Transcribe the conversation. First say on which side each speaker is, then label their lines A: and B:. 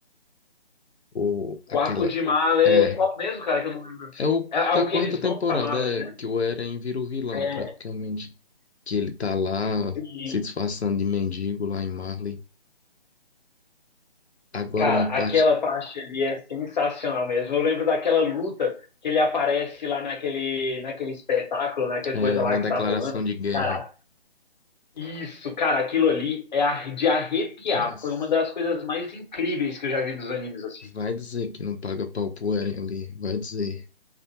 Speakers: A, on the left (about 90°); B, on the left (about 45°).
A: Ou
B: O
A: aquela.
B: arco de Marley
A: É.
B: é qual mesmo, cara, que eu não lembro?
A: É o
B: É, é
A: da
B: o
A: quarta
B: que eles
A: temporada,
B: vão pra Marley,
A: é,
B: né?
A: que o Eren vira o vilão,
B: É,
A: praticamente. Que ele tá lá
B: sim,
A: se disfarçando de mendigo lá em Marley. Agora
B: Cara,
A: uma parte
B: aquela parte ali é sensacional mesmo. Eu lembro daquela luta que ele aparece lá naquele, naquele espetáculo, naquela
A: é,
B: coisa lá
A: na declaração
B: que tá rolando.
A: de guerra.
B: Cara, isso, cara, aquilo ali é ar- de arrepiar.
A: Nossa.
B: Foi uma das coisas mais incríveis que eu já vi dos animes, assim.
A: Vai dizer que não paga pau pro Eren ali. Vai dizer.